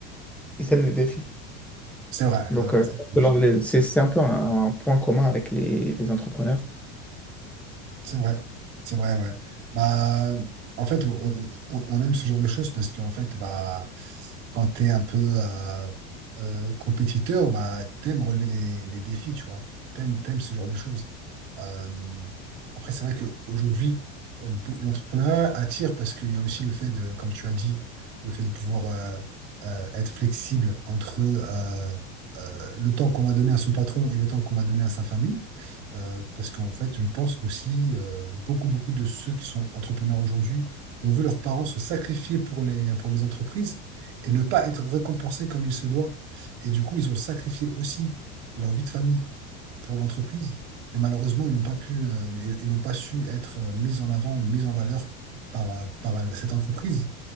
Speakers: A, in the centre; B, on the right.
A: ils aiment les défis.
B: c'est vrai,
A: Donc,
B: c'est vrai,
A: euh,
B: ça me
A: que
B: fait.
A: l'on- les- c'est c'est un peu un, un point commun avec les, les entrepreneurs.
B: C'est vrai, c'est vrai, ouais. Bah, en fait, on, on- on aime ce genre de choses parce qu'en fait, bah, quand t'es un peu euh, euh, compétiteur, bah, t'aimes relever les, les défis, tu vois. T'aimes, t'aimes ce genre de choses. Euh, après, c'est vrai qu'aujourd'hui, l'entrepreneuriat attire parce qu'il y a aussi le fait de, comme tu as dit, le fait de pouvoir euh, euh, être flexible entre euh, euh, le temps qu'on va donner à son patron et le temps qu'on va donner à sa famille. Euh, parce qu'en fait, je pense qu'aussi, euh, beaucoup, beaucoup de ceux qui sont entrepreneurs aujourd'hui ont vu leurs parents se sacrifier pour les, pour les entreprises et ne pas être récompensés comme il se doit. Et du coup, ils ont sacrifié aussi leur vie de famille pour l'entreprise. Et malheureusement, ils n'ont pas pu, euh, et- et n'ont pas su être euh, mis en avant ou mis en valeur par, euh, par euh, cette entreprise.